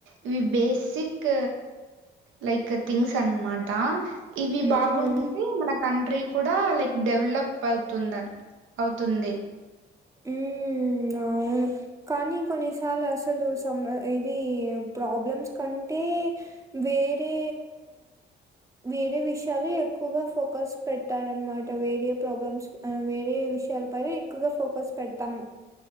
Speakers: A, on the right (about 80°); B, on the right (about 15°).
A: ఇవి బేసిక్ లైక్ థింగ్స్ అనమాట ఇవి
B: హ్మ్
A: బాగుంటే మన కంట్రీ కూడా లైక్ డెవలప్ అవుతుందన్ అవుతుంది
B: మ్ అ
A: <inaudible>
B: కానీ కొన్నిసార్లు అసలు సమ్మ ఇది ప్రాబ్లమ్స్ కంటే వే వేరే వేరే విషయాలు ఎక్కువగా ఫోకస్ పెట్టారనమాట వేరే ఏ ప్రాబ్లమ్స్ వేరే విషయాల పైన ఎక్కువగా ఫోకస్ పెట్టాం